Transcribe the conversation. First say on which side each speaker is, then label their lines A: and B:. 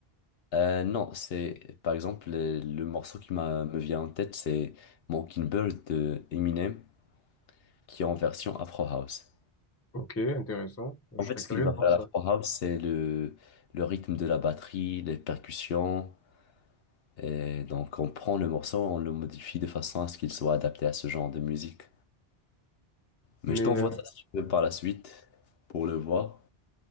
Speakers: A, on the left; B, on the left.
A: euh, non, c'est, par exemple, le, le morceau qui m'a, me vient en tête, c'est Mockingbird de Eminem, qui est en version afro house.
B: Ok, intéressant.
A: En
B: Je
A: fait,
B: serais
A: ce
B: curieux
A: qu'il va
B: de
A: faire
B: voir
A: à
B: ça.
A: la Afro House, c'est le, le rythme de la batterie, les percussions. Et donc, on prend le morceau, on le modifie de façon à ce qu'il soit adapté à ce genre de musique. Mais
B: Mais
A: je t'envoie
B: euh,
A: ça si tu veux par la suite pour le voir.